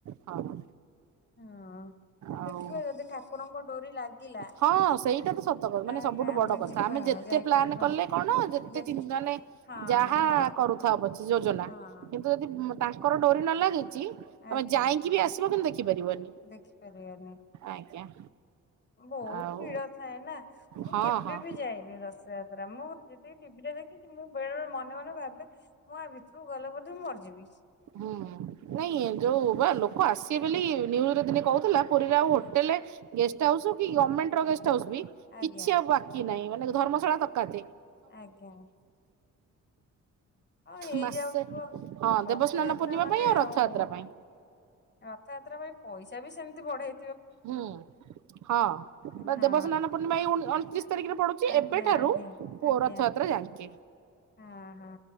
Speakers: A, on the right; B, on the left.
A: ହଁ
B: ହଁ
A: ଆଉ
B: ଦେଖିବା ଯଦି ଠାକୁରଙ୍କ ଡୋରି ଲାଗିଲା
A: ହଁ ସେଇଟା ତ ସତ କଥା
B: ତାହେଲେ
A: ମାନେ ସବୁଠୁ ବଡ କଥା
B: ଯିବା
A: ଆମେ
B: ଆଉ
A: ଯେ ଏତେ
B: ଯାଇପାରିବା।
A: ପ୍ଲାାନ କଲେ କଣ ଯେତେ
B: ଯେ
A: ଚିନ୍ତା ନାଇ
B: ହଁ
A: ଯାହା
B: ହଁ
A: କରୁଥା ପଛେ ଯୋଜନା
B: ହଁ
A: ଯଦି ତାଙ୍କର ଡୋରି ନ ଲାଗିଛି
B: ଆଜ୍ଞା
A: ତମେ ଯାଇକି ବି ଆସିବ କିନ୍ତୁ ଦେଖିପାରିବନି
B: ଦେଖିପାରିବାନି।
A: ଆଜ୍ଞା
B: ବହୁତ
A: ଆଉ
B: ଭିଡ ଥାଏ ନା ମୁଁ
A: ହଁ
B: କେବେ
A: ହଁ
B: ବି ଯାଇନି ର ଯାତ୍ରା ମୁଁ ଯେତିକି ଟିଭି ରେ ଦେଖିଛି ମୁଁ ବେଳେଳେ ମନେ ମନେ ଭାବେ ମୁଁ ଆ ଭିତରକୁ ଗଲେ ବଧେ ମରି ଯିବି।
A: ହୁଁ ନାଇଁ ଯୋଉ ବା ଲୋକ ଆସିବେ ବୋଲି ନିୟୁଜରେ ଦିନେ କହୁଥିଲା। ପୁରୀ ଆଉ ହୋଟେଲ
B: ଆଜ୍ଞା
A: ଗେଷ୍ଟ ହାଉସ ଗମେଣ୍ଟ ର ଗେଷ୍ଟ ହାଉସ ବି
B: ଆଜ୍ଞା
A: କିଛି ଆଉ ବା କି ନାଇଁ ମାନେ ଧର୍ମଶାଳା କାଥ
B: ଆଜ୍ଞା ହଁ ଆ ହେଇଯାଉଥିବ।
A: ମାସେ ହଁ
B: ରଥଯାତ୍ରା
A: ଦେବସ୍ନାନ ପୂର୍ଣ୍ଣିମା
B: ମାନେ
A: ପାଇଁ
B: ଆଉ
A: ରଥଯାତ୍ରା ପାଇଁ।
B: ରଥଯାତ୍ରା ପାଇଁ ପଇସା ବି ସେମତି ବଢେଇ
A: ହୁଁ ହଁ ବା
B: ହଁ।
A: ଦେବସ୍ନାନ ପୂର୍ଣ୍ଣିମା ଏଇ ଅଣତିରିଶ ତାରିଖରେ ପଡୁଛି
B: ଆଜ୍ଞା
A: ଏବେଠାରୁଅ
B: ଆଜ୍ଞା ଆଜ୍ଞା
A: ରଥଯାତ୍ରା ଯାଣିଛି
B: ହଁ ହଁ